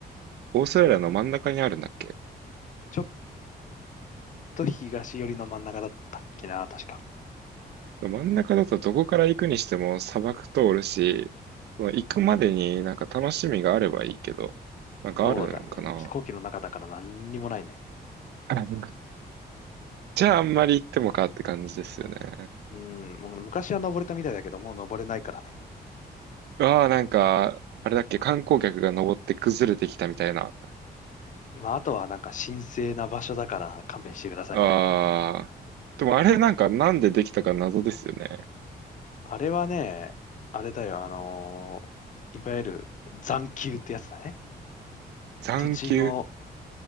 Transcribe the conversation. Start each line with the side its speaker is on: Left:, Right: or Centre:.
Right: オーストラリアの真ん中にあるんだっけ
Left: ちょっと東寄りの真ん中だったっけな、確か。
Right: でも真ん中だとどこから行くにしても砂漠通るし、その行くまでになんか楽しみがあればいいけど、なんかあるんかな。
Left: そうだね。飛行機の中だから何にもないね。
Right: あなんかじゃああんまり行ってもかって感じですよね。
Left: うん、もう昔は登れたみたいだけど、もう登れないからね。
Right: うわあ、なんか、あれだっけ、観光客が登って崩れてきたみたいな。
Left: まあ、あとはなんか神聖な場所だから勘弁してくださいみたいな。
Right: ああ、でもあれなんかなんでできたか謎ですよね。
Left: あれはね、あれだよ、あのーいわゆる残丘ってやつだね。
Right: 残丘、
Left: 土地の